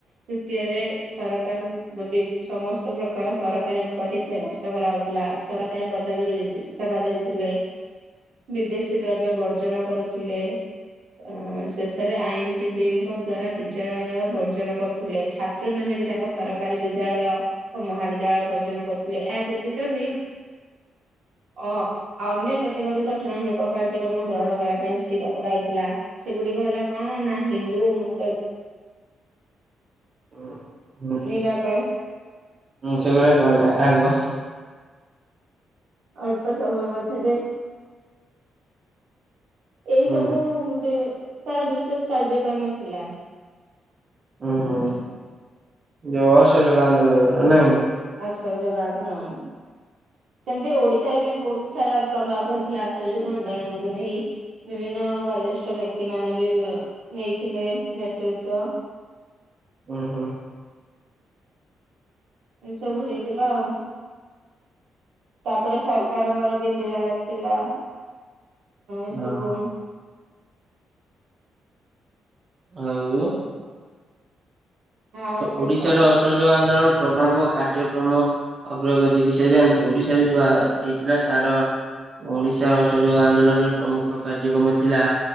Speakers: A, on the right; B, on the right.
A: ତୃତୀୟରେ ସରକାର ସମସ୍ତ ପ୍ରକାର ସରକାରୀ ଉପାଧି ଫେରସ୍ତ କରାହଉଥିଲା, ସରକାରୀ ପଦବୀରୁ ଇସ୍ତଫା ଦେଉଥିଲେ, ବିଦେଶୀ ଦ୍ରବ୍ୟ ବର୍ଜନ କରୁଥିଲେ। ଅ ଶେଷରେ ଆଇନଜୀବୀଙ୍କ ଦ୍ଵାରା ବିଚାରାଳୟ ବର୍ଜନ କରୁଥିଲେ, ଛାତ୍ର ମାନେ ବି ତାଙ୍କ ସରକାରୀ ବିଦ୍ୟାଳୟ ଓ ମହାବିଦ୍ୟାଳୟ ବର୍ଜନ କରୁଥିଲେ ଏହା ବ୍ୟତୀତ ବି ଅ ଅନ୍ୟ କେତେକ ବି ଗଠନ ମୂଳକ କାର୍ଯ୍ୟକ୍ରମ ଗ୍ରହଣ କରିବା ପାଇଁ ସ୍ଥିର କରାଇଥିଲା। ସେଗୁଡିକ ହେଲା କଣ ନା ହିନ୍ଦୁ ଓ ମୁସଲ
B: ହଁ
A: ନିରାକରଣ
B: <inaudible> ସେଗୁଡା କହନା ଆଗ।
A: ଅଳ୍ପ ସମୟ ମଧ୍ୟରେ। <inaudible> ଏଇ
B: ହୁଁ
A: ସବୁ ବି ତାର ବିଶେଷ କାର୍ଯ୍ୟକ୍ରମ। ଥିଲା।
B: ହୁଁ ହୁଁ ଯୋଉ ଅସହଯୋଗ ଆନ୍ଦୋଳନ ନାଇଁ।
A: ଅସହଯୋଗ ଆନ୍ଦୋଳନ ସେମିତି ଓଡିଶାରେ ବି ବହୁତ ସାରା ପ୍ରଭାବ ପଡିଥିଲା ଅସହଯୋଗ ଆନ୍ଦୋଳନକୁ କୁ ନେଇ ବିଭିନ୍ନ ବ ବ୍ୟକ୍ତି ମାନେ ବି ନେଇଥିଲେ ନେତୃତ୍ଵ।
B: ହ ହୋଁ
A: ଏ ସବୁ ହେଇଥିଲା ଆଉ ତାପରେ ସରକାରଙ୍କର ବି ରା ଥିଲା ଏସବୁ।
B: ଓହୋ। ହଉ।
A: ଆଉ କଣ
B: ଓଡିଶାରେ
A: କହ?
B: ଅସହଯୋଗ ଆନ୍ଦୋଳନ। ପ୍ରଭାବ କାର୍ଯ୍ୟକ୍ରମ ଅଗ୍ରଗତି ବିଷୟରେ ଜାଣିଛୁ ଓଡିଶାରେ ଯାହା ହେଇଥିଲା ତାର ଓଡିଶା ଅସଯୋଗ ଆନ୍ଦୋଳନର ପ୍ରମୁଖ କାର୍ଯ୍ୟକ୍ରମ ଥିଲା